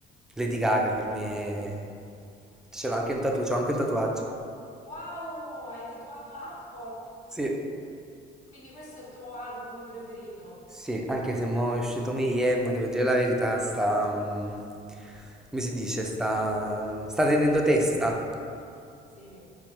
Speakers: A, in the centre; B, on the left.
A: Lady Gaga per me ce l'ho anche un tatu- c'ho anche un tatuaggio.
B: Wow, hai tatuato Art Pop.
A: Sì,
B: Quindi questo è il tuo album preferito?
A: sì, anche se mo è uscito Mayhem, devo dire la verità, sta, mh, come si dice, sta, sta tenendo testa,
B: Sì.